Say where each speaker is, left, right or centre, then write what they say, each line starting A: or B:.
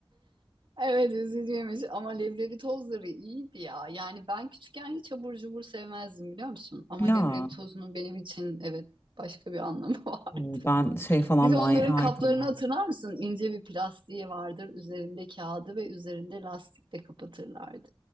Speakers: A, on the right; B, on the left.
A: Evet üzücüymüş ama leblebi tozları iyiydi ya. Yani ben küçükken hiç abur cubur sevmezdim biliyor musun? Ama
B: Ya
A: leblebi tozunun benim için evet başka bir anlamı <laughs> var.
B: o, ben şey falan
A: Bir de
B: manyağıydım
A: onların kaplarını
B: ya.
A: hatırlar mısın? İnce bir plastiği vardır. Üzerinde kağıdı ve üzerinde lastikle kapatırlardı.